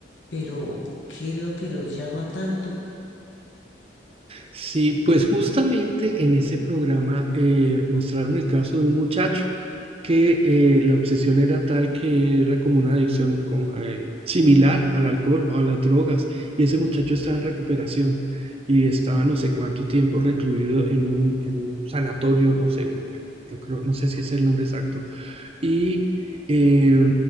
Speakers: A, on the left (about 85°); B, on the right (about 35°).
A: pero ¿qué es lo que los llama tanto?
B: Sí, pues justamente en ese programa eh, mostraron el caso de un muchacho que eh, la obsesión era tal que era como una adicción como, eh, similar al alcohol o a las drogas y ese muchacho estaba en recuperación y estaba no sé cuánto tiempo recluido en un, en un sanatorio, no sé, bueno, no, creo- no sé si es el nombre exacto, y eh,